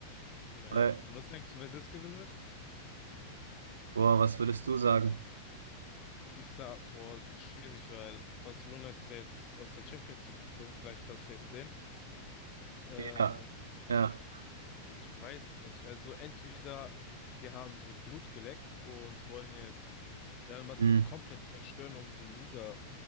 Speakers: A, on the left (about 35°); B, on the right (about 70°).
A: Nee.
B: Weil,
A: Und Was denkst du, wer das gewinnen wird?
B: boah, was würdest du sagen?
A: Ich sag, boah, das ist schwierig, weil Barcelona ist ja jetzt aus der Champions League geflogen, vielleicht hast du ja gesehen. Ähm,
B: Ja, ja,
A: ich weiß nicht. Also entweder die haben so Blut geleckt und wollen jetzt Real Madrid
B: hm,
A: komplett zerstören, um die Liga